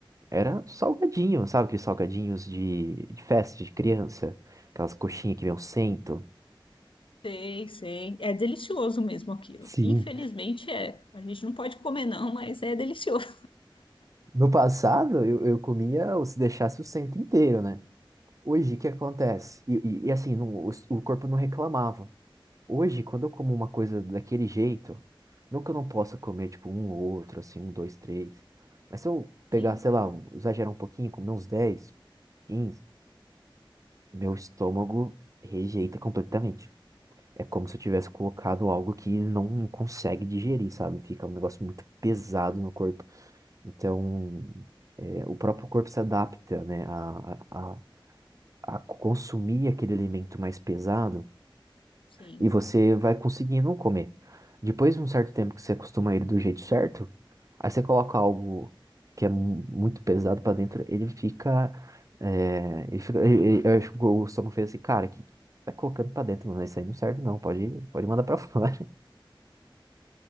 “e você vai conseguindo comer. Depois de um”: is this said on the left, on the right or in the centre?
Right